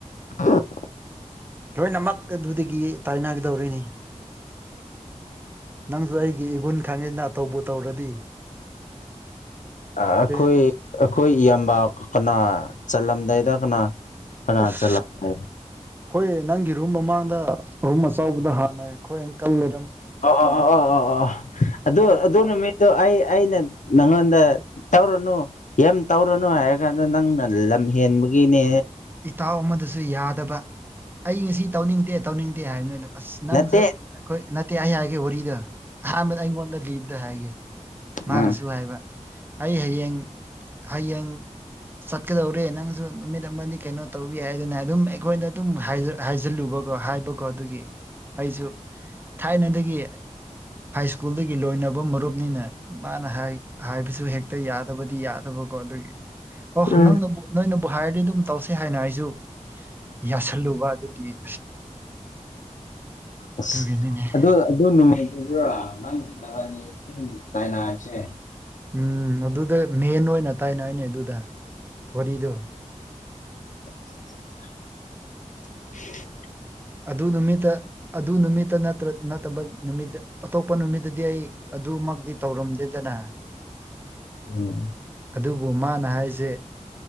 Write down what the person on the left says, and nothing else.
<unintelligible>
ꯑꯥ ꯑꯩꯈꯣꯏ
ꯑꯈꯣꯏ ꯏꯌꯥꯝꯕꯥ ꯀꯅꯥ ꯆꯠꯂꯝꯗꯥꯏ ꯁꯤꯗ ꯀꯅꯥ ꯀꯅꯥ
ꯆꯂꯝꯒꯦ
ꯑꯣ ꯑꯣ ꯑꯣ ꯑꯣ ꯑꯣ ꯑꯣ ꯑꯗꯨ
ꯑꯗꯨ ꯅꯨꯃꯤꯠꯇꯣ ꯑꯩ ꯑꯩꯅ ꯅꯪꯉꯣꯟꯗ ꯇꯧꯔꯨꯅꯨ ꯌꯥꯝ ꯇꯧꯔꯨꯅꯨ ꯍꯥꯏꯔ ꯀꯥꯟꯗ ꯅꯪꯅ ꯂꯝ ꯍꯦꯟꯕ ꯕꯒꯤꯅꯦ
ꯅꯠꯇꯦ
ꯎꯝ
ꯎꯝ
ꯑꯁ
ꯑꯗꯨ ꯑꯗꯨ ꯅꯨꯃꯤꯠ ꯅꯪ ꯃꯕꯥꯅꯤ ꯎ ꯇꯥꯏꯅꯁꯦ
<unintelligible>
ꯎꯝ